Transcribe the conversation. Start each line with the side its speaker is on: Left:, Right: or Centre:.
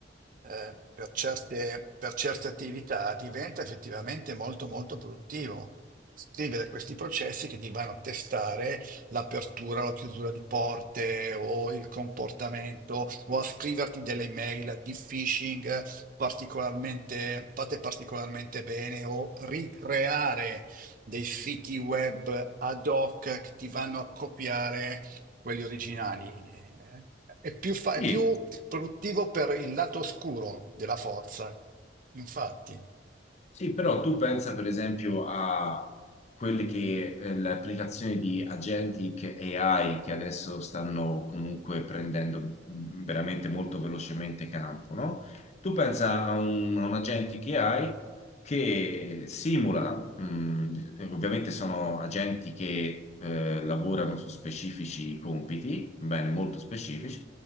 Right: eh, per certe, per certe attività diventa effettivamente molto molto produttivo. Scrivere questi processi che ti vanno a testare l'apertura o la chiusura di porte o il comportamento o a scriverti delle email di phishing particolarmente, fatte particolarmente bene o ricreare dei siti web ad hoc che ti vanno a copiare quelli originali. Eh, È più, fa- è
Left: sì,
Right: più produttivo per il lato oscuro della forza, infatti.
Left: Sì, però tu pensa per esempio a quelle che eh, le applicazioni di agentic AI che adesso stanno comunque prendendo mh, veramente molto velocemente campo, no? Tu pensa a un, a un agentic AI che simula, mh, ovviamente sono agenti che eh, lavorano su specifici compiti, bene, molto specifici,